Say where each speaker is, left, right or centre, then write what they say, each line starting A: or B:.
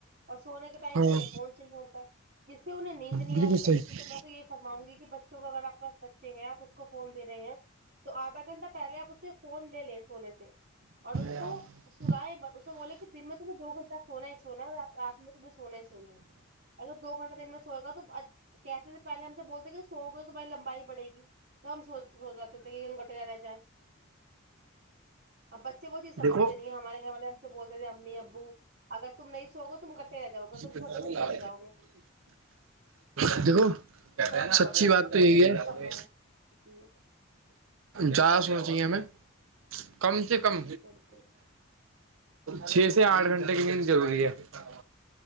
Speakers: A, on the right; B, on the right.
A: اور سونے کے ٹائم
B: ہاں
A: پہ انہیں فون چاہیے ہوتا ہے <unintelligible> جس سے انہیں نیند نہیں
B: بالکل
A: آتی
B: صحیح
A: اچھی تو میں تو یہی فرماں گی کہ بچے تو اگر آپ کی پس بچے ہیں آپ اس کو فون دے رہے ہیں تو <unintelligible> تو آدھا گھنٹہ پہلے آپ اسے فون لے لیں سونے سے اور اس کو <unintelligible>
B: ج
A: سلائے
B: <unintelligible>
A: اسے بولے کہ دن میں تمہیں دو گھنٹہ سونا ہی سونا ہے اور رات میں تمہیں سونا ہی سونا ہے اگر دو گھنٹہ دن میں سوئے گا تو کیسے پہلے ہم سے بولتے کہ سو گئے تو بھائی لمبائی بڑے گی ک ہم سو سو رہاتے تھے کہ گٹر رہ جائے اب بچے وہ جی سجھتے
B: دیکھو
A: نہیں ہمارے گھر والے ہم سے بولتے تھے امی ابو اگر تم نہیں سو گئے اچھے سے تو تم رہ جاؤ گا تم
B: دیکھو
A: چھوٹے بچے بن جاؤ گے
B: <unintelligible> دیکھو
A: تو ہم بہت
B: سچی
A: زیادہ
B: بات
A: سوتے
B: تو
A: تھے
B: یہی
A: جی
B: ہے کہ
A: جی فرمائیں جی <unintelligible>
B: جہاں سوچنا چاہیے ہمیں <unintelligible> کم سے کم
A: بالکل
B: چھ سے آٹھ گھنٹے کی نیند ضروری ہے ٹھیک ہے <unintelligible>